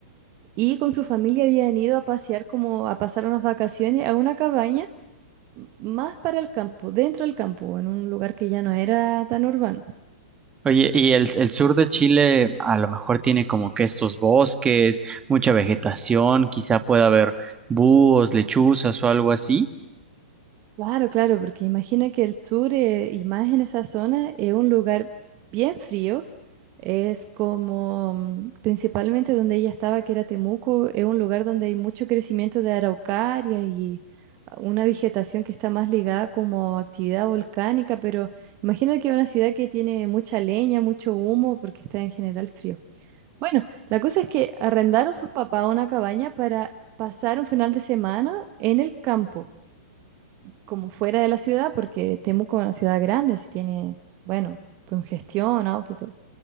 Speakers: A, on the right; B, on the right.
A: Y con su familia habían ido a pasear, como a pasar unas vacaciones a una cabaña m- más para el campo, dentro del campo, en un lugar que ya no era tan urbano.
B: Oye, y el, el sur de Chile a lo mejor tiene como que estos bosques, mucha vegetación, quizá pueda haber búhos, lechuzas o algo así.
A: Claro, claro, porque imagina que el sur, eh, y más en esa zona, es un lugar bien frío. Es como, mm, principalmente donde ella estaba, que era Temuco, es un lugar donde hay mucho crecimiento de araucaria y ah, una vegetación que está más ligada como a actividad volcánica, pero imagina que es una ciudad que tiene mucha leña, mucho humo, porque está en general frío. Bueno, la cosa es que arrendaron sus papás una cabaña para pasar un final de semana en el campo como fuera de la ciudad, porque Temuco es una ciudad grande, así tiene, bueno, congestión, auto y todo.